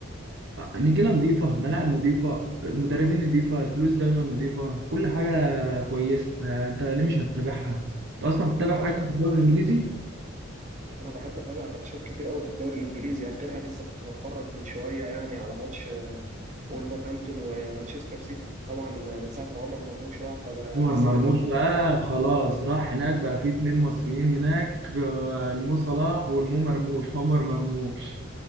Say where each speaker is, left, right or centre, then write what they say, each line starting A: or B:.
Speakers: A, on the right; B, on the right.
A: آه، نجيلة نظيفة ملاعب نظيفة مدربين نظيفة الفلوس دايما نظيفة كل حاجة كويسة آه، انت ليه مش هتتابعها انت اصلا بتتابع
B: ايوه
A: حاجة في الدوري الانجليزي
B: انا بحب اتابع ماتشات كتير قوي في الدوري الانجليزي اخرها لسه كنت بتفرج من شويه يعني على ماتش آه، وولفرهامبتون ومانشستر سيتي طبعا آه، من ساعه ما عمر مرموش راح فبقى
A: مهر
B: السيتي
A: مرموش
B: برضه
A: بقى خلاص راح هناك بقى في اتنين مصريين هناك آه، المو صلاح والمو مرموش عمر مرموش